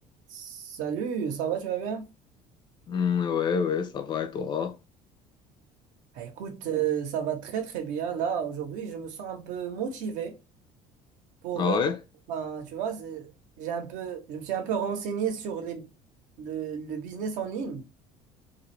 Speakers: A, on the right; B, on the left.
A: Salut, ça va, tu vas bien?
B: Hmm, ouais, ouais, ça va et toi?
A: Ah, Écoute, euh, ça va très très bien. Là, aujourd'hui, je me sens un peu motivé pour,
B: Ah
A: euh,
B: ouais?
A: ben, tu vois, c'est- j'ai un peu, je me suis un peu renseigné sur les, le, le business en ligne